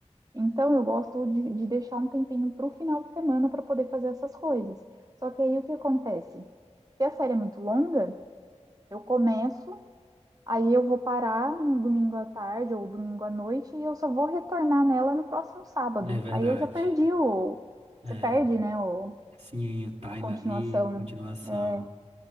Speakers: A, on the right (about 30°); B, on the right (about 60°).
A: Então, eu gosto de, de deixar um tempinho para o final de semana para poder fazer essas coisas. Só que aí o que acontece? Se a série é muito longa, eu começo, aí eu vou parar no domingo à tarde ou domingo à noite e eu só vou retornar nela no próximo sábado.
B: É verdade.
A: Aí eu já perdi o.
B: É,
A: Você perde, né? O,
B: sim, o time
A: a continuação.
B: ali, a continuação.
A: É,